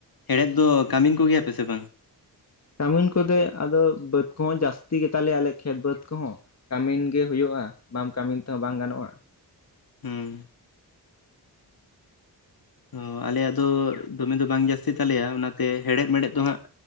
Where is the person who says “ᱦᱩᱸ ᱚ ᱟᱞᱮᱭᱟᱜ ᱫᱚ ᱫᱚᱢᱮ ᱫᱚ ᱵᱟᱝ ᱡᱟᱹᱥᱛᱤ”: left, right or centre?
Left